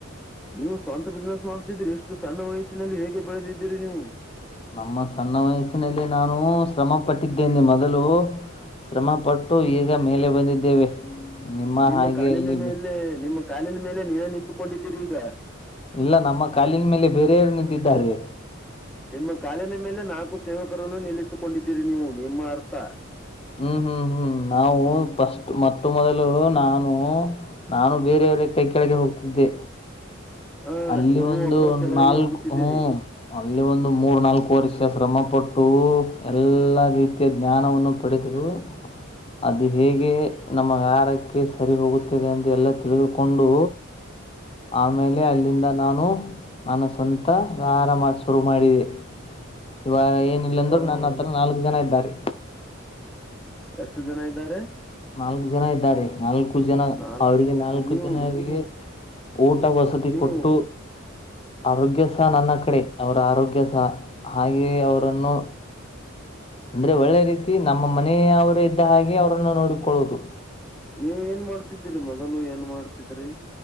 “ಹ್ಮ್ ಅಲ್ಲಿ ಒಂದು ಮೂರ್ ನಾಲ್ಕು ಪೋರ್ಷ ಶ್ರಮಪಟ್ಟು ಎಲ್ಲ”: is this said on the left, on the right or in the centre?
Left